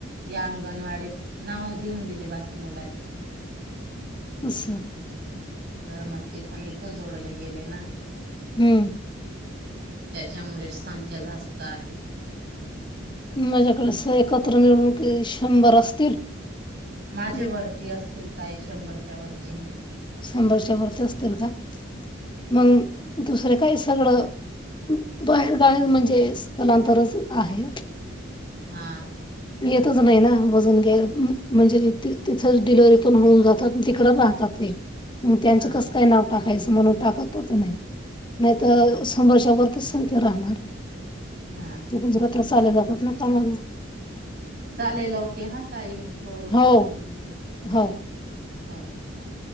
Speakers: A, on the right (about 55°); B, on the left (about 25°).
A: या अंगणवाडीत नाव देऊन दिले बाकी मुलांचे
B: अस
A: तर मग ते पण इथं जोडले गेले ना
B: हम्म
A: त्याच्यामुळे संख्या जास्त आहे
B: माझ्याकडे एकत्र निवडणुक शंभर असतील
A: माझे
B: हम्म.
A: वरती असतील ताई शंभरच्या वरती निघतील
B: संडासच्या वरती असतील का मग दुसरे काही सगळं बाहेर बाहेर म्हणजे स्थलांतरच आहे
A: हा
B: येतच नाही ना वजन घ्या म्हणजे तिथंच डिलवर्हरी पण होऊन जातात तिकडच राहतात ते मग त्यांच
A: हा
B: कसं काय नाव टाकायचं म्हणून टाकतच नाही नाहीत
A: असं आहे
B: सर्षावरर तून ते राहणार
A: हम्
B: त तुमं पत्र चाल जत ना कामाला
A: चालेल ओके हा ताई मी कॉल करते
B: हो
A: मी तर
B: हो
A: हो चालेल